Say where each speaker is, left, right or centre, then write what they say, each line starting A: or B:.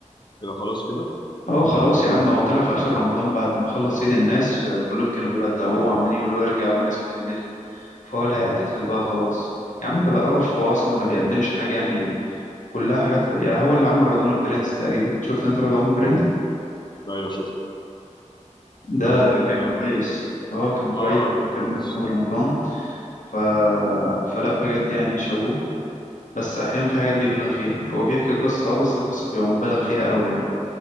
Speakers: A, on the left; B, on the left.
A: إذا خلاص كده؟
B: اه خلاص يا عم هو طلع في اخر رمضان بعد ما خلص سيد الناس آه، كلهم كانوا بيودعوه وعمالين يقولوا ارجع وناس كلمته فهو اللي هيعتزل
A: مم.
B: بقى خلاص يا عم بلا قرف هو اصلا ما بيقدمش حاجه يعني كلها حاجات يعني هو اللي عمل رضوان البرنس تقريبا شفت انت رضوان البرنس
A: مم. أيوه شفت
B: ده
A: كان
B: كان كويس اه كان كويس
A: آه
B: كان
A: آه، كان كويس
B: فيلم محمد رمضان ف... فلا بجد يعني شابوه بس احيانا في حاجات بيبالغ فيها هو بيحكي قصه اه بس القصه بيبقى مبالغ فيها قوي يعني